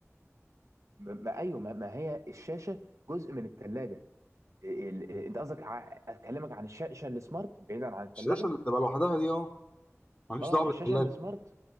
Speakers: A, on the right (about 70°); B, on the left (about 25°).
A: ما ما- ايوه ما ما هي الشاشة جزء من الثلاجة ال- انت قصدك ع- اكلمك عن الشاشه السمارت بعيدا عن الثلاجه
B: الشاشه اللي بتبقى لوحدها دي اه ماليش
A: اه
B: دعوه بالثلاجه
A: الشاشه السمارت